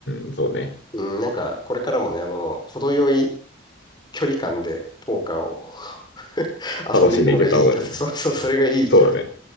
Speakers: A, on the left; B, on the left.
A: ん、そうね。
B: ん。うん、なんか、これからもね、あの、程よい距離感でポーカーを <laughs>
A: 楽しんでいけた方がね。
B: 遊んでいくのがいい気がする。そうそう、それがいい気がする
A: そうだね。